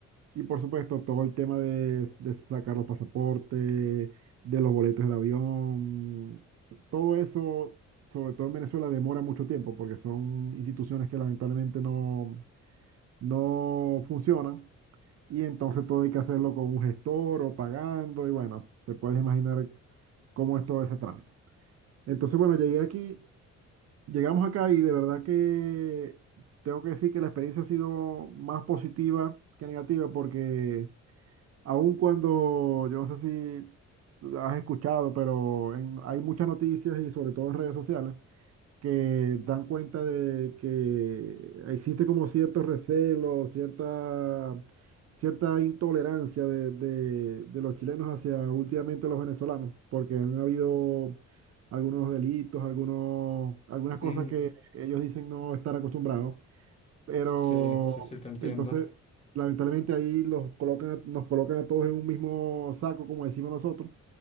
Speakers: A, on the right (about 55°); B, on the left (about 20°).
A: Y por supuesto, todo el tema de, de sacar los pasaportes, de los boletos del avión, s- todo eso, sobre todo en Venezuela, demora mucho tiempo porque son instituciones que lamentablemente no, no funcionan. Y entonces todo hay que hacerlo con un gestor o pagando. Y bueno, te puedes imaginar cómo es todo ese trámite. Entonces, bueno, llegué aquí, llegamos acá y de verdad que tengo que decir que la experiencia ha sido más positiva que negativa porque... Aun cuando, yo no sé si lo has escuchado, pero en- hay muchas noticias y sobre todo en redes sociales que dan cuenta de que existe como cierto recelo, cierta, cierta intolerancia de, de- de los chilenos hacia últimamente los venezolanos, porque han habido algunos delitos, algunos, algunas cosas
B: Mm,
A: que ellos dicen no estar acostumbrados. Pero
B: Sí, sí, sí, te entiendo.
A: entonces, lamentablemente ahí los colocan, a- nos colocan a todos en un mismo saco, como decimos nosotros,